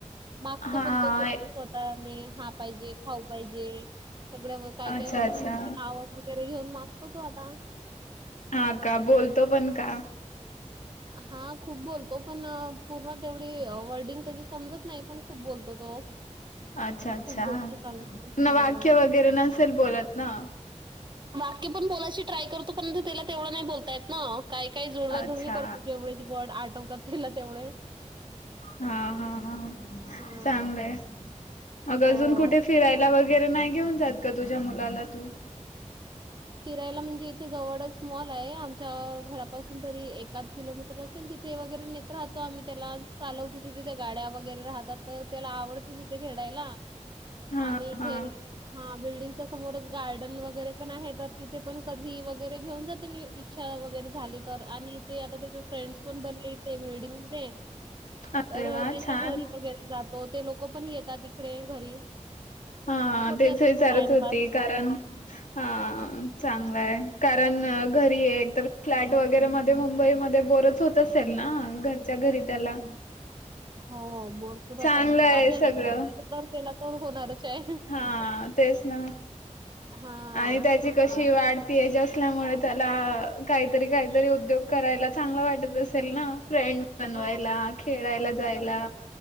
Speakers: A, on the right; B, on the left.
A: मागतो
B: हा
A: पण तर तू आता स्वतःने हा पाहिजे खाऊ पाहिजे. सगळ्या काय
B: अच्छा
A: काय वस्तूंची
B: अच्छा
A: नावं वगैरे घेऊन मागतो तो आता.
B: हा का बोलतो पण का?
A: हा खूप बोलतो पण पूर्ण तेवढी वर्डिंग तेजी - समजत नाही पण खूप बोलतो तो.
B: अच्छा अच्छा
A: खूप गोष्टी
B: पूर्ण
A: सांगतो. हां.
B: वाक्य वगैरे नसेल बोलत ना.
A: वाक्य पण बोलायची ट्राय करतो, परंतु त्याला तेवढं नाही बोलतायत ना काही काही जुळवाजुळवी
B: अच्छा
A: करतो जेवढे - वर्ड आठवतात तेला तेवढे-
B: हा हा हा
A: हां.
B: चांगलंय मग
A: हो.
B: अजून कुठे फिरायला वगैर- बाहेर वगैरे नाही घेऊन जात का तुझ्या मुलाला तू-
A: फिरायला म्हणजे इथे जवळच मॉल आहे आमच्या घरापासून तरी एकाद किलोमीटर असेल तिथ- ते वगैरे नेत राहतो आम्ही त्याला चालवतो तिथे त्या गाड्या वगैरे राहतात तर त्याला आवडतिथ- तिथं घेडायला.
B: हा
A: आणि इथे
B: हा
A: हा बिल्डिंगच्या समोरच गार्डन वगैरे पण आहेत. तथे पण कधी वगैरेन जाते मी इच्छा- वगैरे झाली तर, आणि ते आता त्याचे फ्रेंड्स पण बरे बिल्डिंग मध्ये.
B: अरे
A: तर
B: वा
A: त्यांच्या
B: छान.
A: घरी वगैरे जातो ते लोक पण येतात. प्रेम घरी तर
B: हा
A: होते
B: तेच
A: आता
B: विचारत
A: तुझं टाइमपास
B: होती कारण हा चांगलं आहे कारण घरी हे तर - फ्लॅट वगैरे मध्ये मुंबईमध्ये बोरच होत असेल ना, घरच्या घरी त्याला.
A: हो बोर तर आता
B: चांगलं आहे
A: आपल्यालाला
B: सगळं
A: तरण होणारच आहे.
B: हा तेच ना
A: हां,
B: आणि त्याची कशी
A: तेच.
B: वाढती एज असल्यामुळे त्याला काहीतरी काहीतरी उद्योग करायला चांगला वाटतं अस असल ना फ्रेंड बनवायला,
A: हां,
B: खेळायला जायला